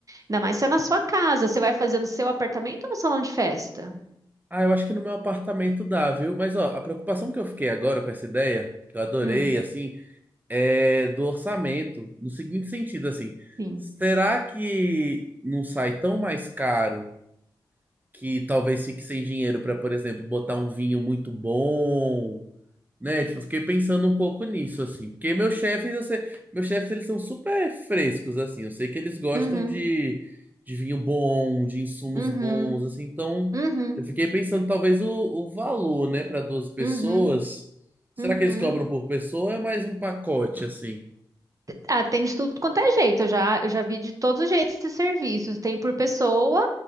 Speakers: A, on the right; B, on the right.
A: Ainda mais se é na sua casa, você vai fazer no seu apartamento ou no salão de festa?
B: Ah, eu acho que no meu apartamento dá, viu? Mas ó, a preocupação que eu fiquei agora com essa ideia, que eu adorei,
A: Hum,
B: assim, é do orçamento, no seguinte sentido, assim,
A: sim.
B: será que não sai tão mais caro que talvez fique sem dinheiro para, por exemplo, botar um vinho muito bom, né, tipo, eu fiquei pensando um pouco nisso, assim. Porque meus chefes, eu sei, meus chefes, eles são super frescos, assim. Eu sei que eles gostam
A: Uhum,
B: de, de vinho bom, de insumos
A: uhum,
B: bons, assim. Então,
A: uhum,
B: eu fiquei pensando, talvez, o, o valor, né, para duas pessoas.
A: uhum,
B: Será
A: uhum.
B: que eles cobram por pessoa ou é mais um pacote, assim?
A: Atende tudo quanto é jeito, eu já, eu já vi de todos os jeitos esses serviços, tem por pessoa